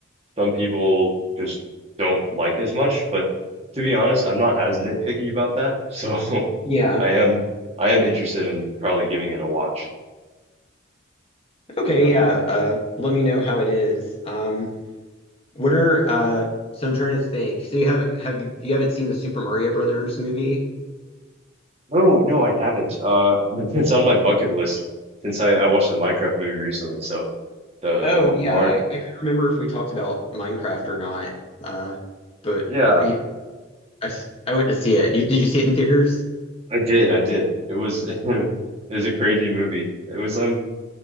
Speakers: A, on the right; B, on the left.
A: some people just don't like as much. But to be honest, I'm not as nitpicky about that. So
B: Yeah.
A: <laughs> I am I am interested in probably giving it a watch.
B: Okay,
A: Yeah.
B: yeah. Uh, let me know how it is. Um, What are uh so I'm trying to think. So you have have you, you haven't seen the Super Mario Brothers movie?
A: No, no, I haven't. Uh, <laughs> it's on my bucket list since I, I watched the Minecraft movie recently. So the,
B: Oh yeah,
A: the Mar
B: I, I couldn't remember if we talked about Minecraft or not. Uh but,
A: yeah,
B: but yeah, I, s- I went to see it. You, did you see it in theaters?
A: I did, I did. It was <laughs> it was a crazy movie. It was um